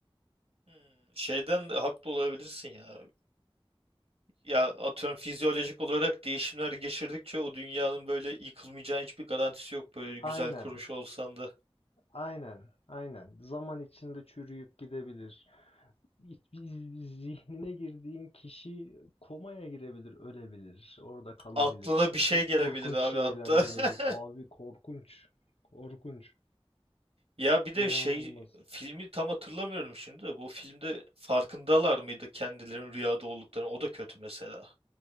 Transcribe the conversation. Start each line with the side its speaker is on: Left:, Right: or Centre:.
Right: Hmm, Şeyden de haklı olabilirsin ya. Ya atıyorum fizyolojik olarak değişimler geçirdikçe o dünyanın böyle yıkılmayacağı hiçbir garantisi yok böyle güzel
Left: Aynen,
Right: kurmuş olsan da.
Left: aynen, aynen. Zaman içinde çürüyüp gidebilir. biz- Zihnine girdiğin kişi komaya girebilir, ölebilir. Orada kalabilirsin.
Right: Aklına bir şey
Left: Çok
Right: gelebilir
Left: korkunç
Right: abi
Left: şeyler
Right: hatta.
Left: gelebilir.
Right: <laughs>
Left: Abi korkunç. Korkunç.
Right: Ya bir
Left: inanılmaz.
Right: de şey filmi tam hatırlamıyorum şimdi de bu filmde farkındalar mıydı kendilerinin rüyada olduklarını? O da kötü mesela.